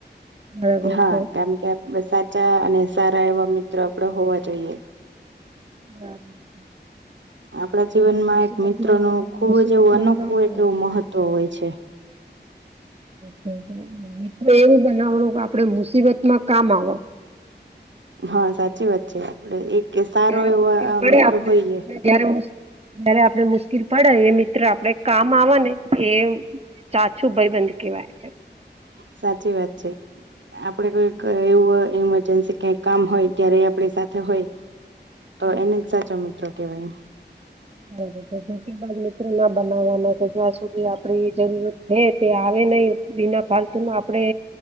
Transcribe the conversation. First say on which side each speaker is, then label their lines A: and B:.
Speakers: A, on the right (about 35°); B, on the right (about 85°).
A: બરાબર
B: હા,
A: છે
B: કેમ કે સાચા અને સારા એવા મિત્રો આપડે હોવા જોઈએ.
A: બરાબર.
B: આપડા જીવનમાં
A: આપણે મુસીબતમાં
B: એક મિત્ર નું ખુબ
A: મુસીબતમાં
B: જ એવું અનોખું
A: કામ
B: એક
A: આવે
B: એવું મહત્વ હોય છે.
A: બબર મિત્રો એવું બનાવણું કે, આપડે મુસીબત માં કામ આવે.
B: હા, સાચી વાત છે, આપડે એક સારો
A: જયારે
B: એવો
A: મુશ્કેલ પડે
B: મિત્ર
A: આપણે
B: હોઈએ.
A: આપણે જયારે જયારે આપણે મુશ્કેલ પડે, એ મિત્ર આપડે કામ આવવા ને એ. સાચું ભાઈબંધ કેવાય છે.
B: સાચી છે, કોઈક
A: હમ
B: એવું એ કેમ કે કામ હોય ત્યારે આપણી સાથે હોય તો,
A: હમ
B: એને જ સાચો મિત્રો કેવાય એમ.
A: હ <unintelligible> મિત્રો ના બનાવવાના છે, જ્યાં સુધી આપડી જરૂરત છે, તે આવે નહી. બના ફાલતુ નું આપડે